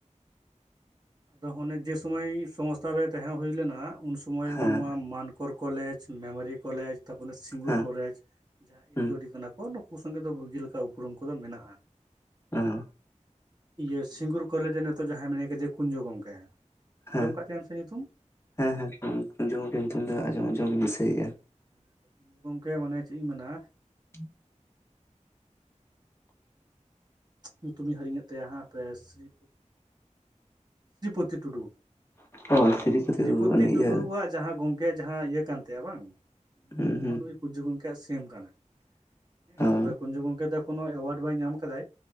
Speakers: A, on the right; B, on the left.
A: ᱟᱫᱚ ᱚᱱᱮ ᱡᱮ ᱥᱩᱚᱢᱚᱭ ᱥᱚᱝ ᱥᱛᱷᱟ ᱨᱮ ᱛᱟᱦᱮᱸ ᱦᱩᱭ ᱞᱮᱱᱟ ᱩᱱ ᱥᱩᱚᱢᱚᱭ
B: ᱦᱮᱸ
A: ᱦᱚᱸᱜᱼᱚᱭ ᱱᱚᱣᱟ ᱢᱟᱱᱼᱼ ᱠᱚᱨ ᱠᱚᱞᱮᱡᱽ ᱢᱮᱢᱳᱟᱨᱤ ᱠᱚᱞᱮᱡᱽ ᱛᱟᱨᱯᱚᱨᱮ ᱥᱤᱝᱜᱩᱨ,
B: ᱦᱮᱸ
A: ᱠᱚᱞᱮᱡᱽ, ᱡᱟᱦᱟᱸ ᱮᱡ.
B: ᱦᱩᱸ
A: ᱳ. ᱰᱤ ᱠᱟᱱᱟ ᱠᱚ ᱱᱩᱠᱩ ᱥᱚᱸᱜᱮ ᱫᱚ ᱵᱟᱹᱜᱤ ᱞᱮᱠᱟ ᱩᱯᱨᱩᱢ ᱠᱚᱫᱚ ᱢᱮᱱᱟᱜᱼᱟ᱾
B: ᱦᱸ
A: ᱤᱭᱟᱹ ᱥᱤᱝᱜᱩᱨ ᱠᱚᱞᱮᱡᱽ ᱨᱮ ᱱᱤᱛᱚᱜ ᱡᱟᱦᱟᱸᱭ ᱢᱮᱱᱟᱭ ᱠᱟᱫᱮ ᱠᱩᱧᱡᱩ ᱜᱚᱝᱠᱮᱼᱼ
B: ᱦᱮᱸ
A: ᱟᱸᱡᱚᱢ ᱠᱟᱫ ᱛᱟᱭᱢ ᱥᱮ ᱧᱩᱛᱩᱢ?
B: ᱦᱮᱸ ᱦᱮᱸ ᱡᱚᱢ ᱧᱩᱛᱩᱢ ᱫᱚ ᱟᱸᱡᱚᱢ ᱟᱡᱚᱢᱤᱧ ᱫᱤᱥᱟᱹᱭᱮᱫᱼᱟ᱾
A: ᱦᱮᱸ ᱜᱚᱝᱠᱮ ᱢᱟᱱᱮ ᱪᱮᱫ ᱤᱧ ᱢᱮᱱᱟ?
B: <inaudible>
A: ᱧᱩᱛᱩᱢᱤᱧ ᱦᱤᱧᱮᱫ ᱛᱟᱭᱟ ᱦ ᱟᱯᱮ ᱥᱨᱤᱼᱼ ᱥᱨᱤᱯᱚᱛᱤ ᱴᱩᱰᱩ
B: ᱚ
A: ᱦ ᱥᱨᱤᱯᱚᱛᱤ
B: ᱵᱟᱹᱵᱩ ᱩᱱᱤ
A: ᱴᱩᱰᱩᱣᱟᱜᱼᱼ
B: ᱤᱭᱟᱹ
A: ᱡᱟᱦᱟᱸ ᱜᱚᱝᱠᱮ ᱭᱟᱜ ᱡᱟᱦᱟᱸ ᱤᱭᱟᱹ ᱠᱟᱱ ᱛᱟᱭᱼᱟ ᱵᱟᱝ ᱩᱱᱤᱭᱟᱜ
B: ᱦᱩᱸ ᱦᱩᱸ
A: ᱦᱚᱸ ᱱ ᱯᱩᱡᱟᱹ ᱜᱚᱢᱠᱮᱭᱟᱜ ᱥᱮᱢ ᱠᱟᱱᱟ᱾ ᱦᱮᱸ
B: ᱚ
A: ᱛᱚᱵᱮ ᱠᱩᱧᱡᱩ ᱜᱚᱢᱠᱮ ᱫᱚ ᱠᱳᱱᱳ ᱮᱣᱟᱨᱰ ᱵᱟᱭ ᱧᱟᱢ ᱠᱟᱫᱫᱟ